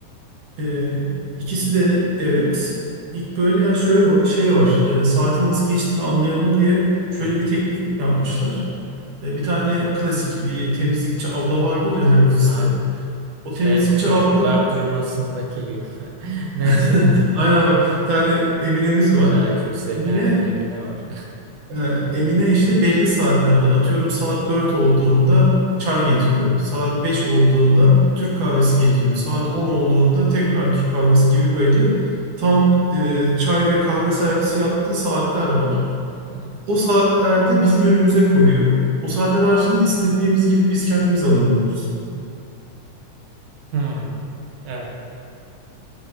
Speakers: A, on the right (about 75°); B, on the right (about 60°).
A: Ee, ikisi de evet. İlk böyle ya şöyle va- şey var. e, saatin nasıl geçtiğini anlayalım diye şöyle
B: Aha.
A: bir teknik yapmışlar. Ee, bir tane
B: evet.
A: klasik bir temizlikçi abla vardır ya her ofiste.
B: Aha.
A: O
B: Şey
A: temizlikçi
B: mi? Çocuklar
A: abla
B: duymasındaki gibi. <laughs> Neyse.
A: <laughs> aynen bak bir tane Emine'miz var.
B: Çaycı Hüseyin
A: Emine
B: evet Emine var.
A: Ee, Emine işte belli saatlerde atıyorum saat 4 olduğunda çay getiriyor. Saat 5 olduğunda Türk kahvesi getiriyor. Saat 10 olduğunda tekrar Türk kahvesi gibi böyle tam e, çay ve kahve servisi yaptığı saatler var.
B: <laughs>
A: O saatlerde bizim önümüze koyuyor. O saatler haricinde de istediğimiz gibi biz kendimiz alabiliyoruz.
B: Hmm. Evet.